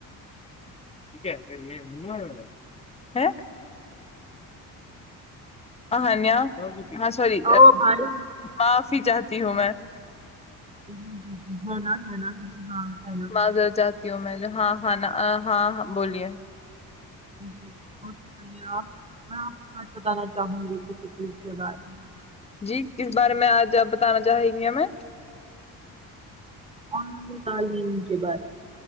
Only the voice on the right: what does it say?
ہے؟ او بھائی جی
جی جی جی ہے نا ہے مری
جی اور یے آپ ہاں آپ کو آج بتانا چاہوں گی کسی چیز کے بارے میں
آن تعلیم کے بارے میں